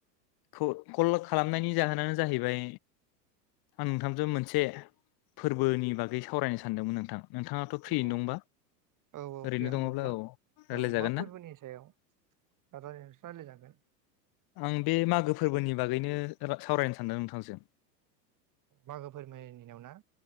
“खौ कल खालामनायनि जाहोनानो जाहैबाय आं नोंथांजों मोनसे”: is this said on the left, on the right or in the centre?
Left